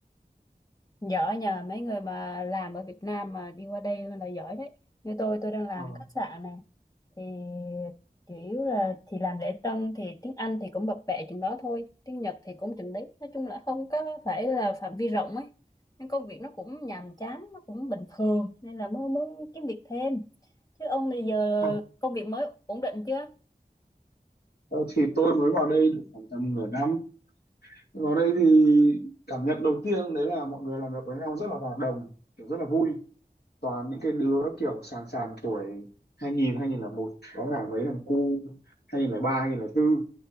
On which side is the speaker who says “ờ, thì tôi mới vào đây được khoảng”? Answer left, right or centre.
Left